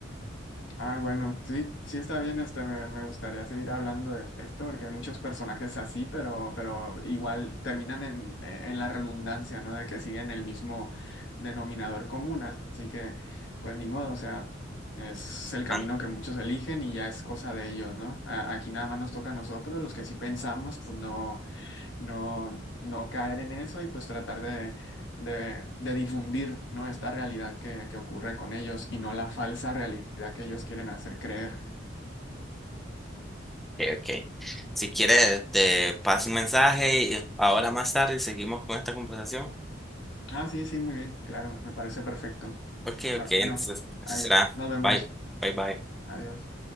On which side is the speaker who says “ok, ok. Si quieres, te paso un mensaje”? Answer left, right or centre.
Centre